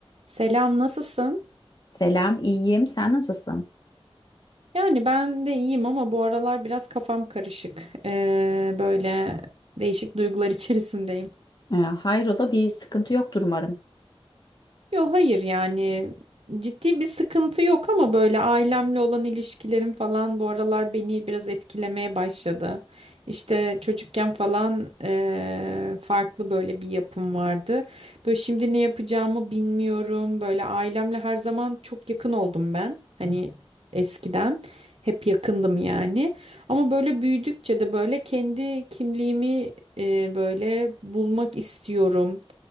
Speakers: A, on the right; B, on the left.
A: Selam, nasılsın?
B: Selam, iyiyim. Sen nasılsın?
A: Yani ben de iyiyim ama bu aralar biraz kafam karışık. Ee, böyle değişik duygular <laughs> içerisindeyim.
B: Ee, hayrola bir sıkıntı yoktur umarım.
A: Yok hayır yani ciddi bir sıkıntı yok ama böyle ailemle olan ilişkilerim falan bu aralar beni biraz etkilemeye başladı. İşte çocukken falan eee, farklı böyle bir yapım vardı. Böyle şimdi ne yapacağımı bilmiyorum. Böyle ailemle her zaman çok yakın oldum ben. Hani eskiden hep yakındım yani. Ama böyle büyüdükçe de böyle kendi kimliğimi eee, böyle bulmak istiyorum